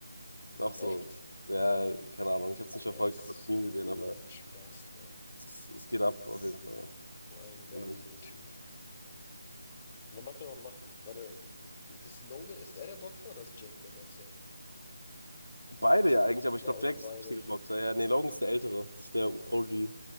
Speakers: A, on the left; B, on the left.
A: Ist Auch so.
B: Echt?
A: Ja, keine Ahnung. Ich habe es nicht
B: Der
A: verfolgt,
B: ist
A: ich habe nur das
B: so
A: Meme gesehen, aber
B: ein Spaß, Mann.
A: es, es geht ab
B: So
A: auf jeden Fall.
B: ein Larry,
A: Ja, nämlich
B: der
A: das
B: Typ.
A: so.
B: Der macht doch, macht, warte, ist Logan, ist er der Boxer oder ist Jack der Boxer?
A: Beide ja eigentlich, aber
B: Ba
A: ich glaube,
B: oder
A: Jack
B: beide?
A: ist der richtige Boxer. Ja, nee, Logan ist der Ältere. Das ist der OG,